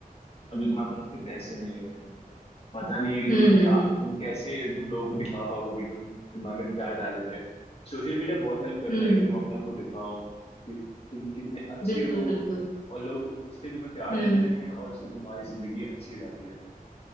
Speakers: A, on the left; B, on the left.
A: अगर तुम्हारे पास उतने पैसे नहीं है तुम्हें पता नहीं है कि
B: हम्म
A: तुम्हें
B: हम्म
A: क्या
B: हम्म
A: तुम कैसे तुम लोगों को दिखा पाओगे कि तुम तुम्हारे में क्या टैलेंट है सोशल मीडिया बहुत हेल्प करता
B: हम्म,
A: है कि
B: हम्म,
A: तुम अपने आप को दिखाओ कि तुम कितने अच्छे
B: बिल्कुल
A: हो
B: बिल्कुल
A: और लोग उससे तुम्हें प्यार
B: हम्म
A: देते
B: हम्म,
A: हैं और उससे तुम्हारी जिंदगी अच्छी जाती है